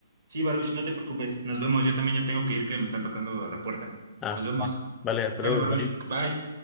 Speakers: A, on the right; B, on the left.
A: sí, Baruch, no te preocupes. Nos vemos. Yo también ya tengo que ir, que me están tocando a la puerta.
B: Ah,
A: Nos vemos.
B: va. vale, hasta
A: Sale,
B: luego.
A: Baruch.
B: bye.
A: Bye.